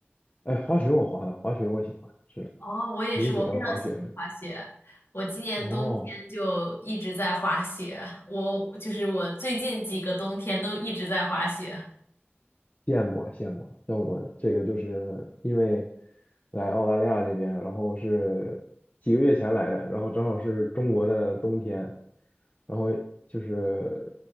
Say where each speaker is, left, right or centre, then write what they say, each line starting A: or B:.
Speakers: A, on the left; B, on the left.
A: 哎，滑雪我滑的，滑雪我喜欢，是的，
B: 哦，我也是，
A: 你也喜欢滑雪是吧？
B: 我非常喜欢滑雪。我今年冬天就一直在滑雪，
A: 哦。
B: 我就是我最近几个冬天都一直在滑雪。
A: 羡慕啊羡慕啊！像我这个就是因为来澳大利亚这边，然后是几个月前来的，然后正好是中国的冬天，然后就是